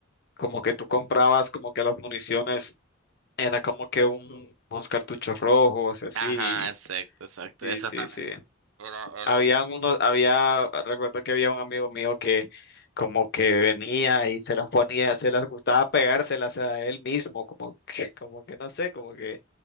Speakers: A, on the left; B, on the right.
A: como que tú comprabas como que las municiones era como que un, unos cartuchos rojos, así.
B: Ajá, exacto, exacto.
A: Sí,
B: Esa
A: sí,
B: también.
A: sí.
B: Era- era-
A: Había unos, había, recuerdo que había un amigo mío que como que venía y se las ponía, se las gustaba pegárselas a él mismo, como que, como que no sé, como que